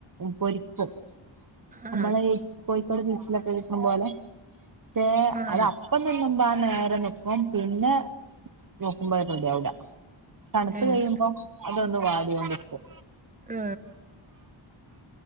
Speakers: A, on the right; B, on the right.
A: പൊരിക്കും
B: ആഹ്
A: നമ്മള് കോഴിക്കോട് ബീച്ചിലൊക്കെ കക്കണ പോലെ പേ
B: ആഹ്
A: അത അപ്പ തന്ന മുമ്പാ നേരെ നക്കും പിന്നെ നോക്കുമ്പോ റെഡി ആവില്ല തണുത്ത്
B: ഇല്ല
A: കഴിയുമ്പോ അതൊന്ന് വാടോണ്ടിരിക്കും
B: ആ